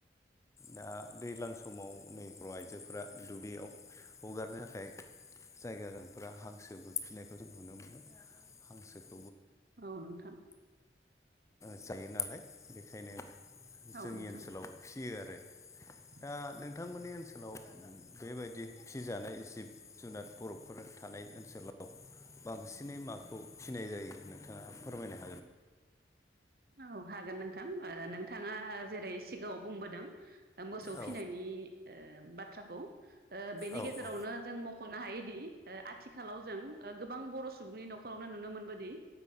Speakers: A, on the left; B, on the right.
A: दा दैज्लां समाव नै बर' आइजोफोरा दुब्लियाव हगारनो थाखाय जायगाा गोनांफोरा हांसोबो फिसिनायखौ जों नुनो मोनो। हांसोखौ
B: औ नोंथां।
A: जायो नालाय बेखायनो जोंनि
B: औ नोंथां
A: ओनसोलाव फिसियो आरो
B: <inaudible>
A: दा नोंथांमोननि ओनसोलाव बेबायदि फिसिजानाय जिब जुनार बर'फोर था नाय ओनसोलाव बांसिनै माखौ फिसिनाय जायो नोंथाङा फोरमायनो हा
B: औ हागोन नोंथां नोंथाङा जेरै सिगाङाव बुंबोदों ओ मोसौ फिसिनायनि
A: औ
B: ओ बाथ्राखौ ओ बेनि
A: औ
B: गेजेरावनो
A: औ
B: जों मख'नो हायो दि ओ आथिखालाव जों ओ गोबां बर' सुबुंनि न'खरावनो नुनो मोनबोदि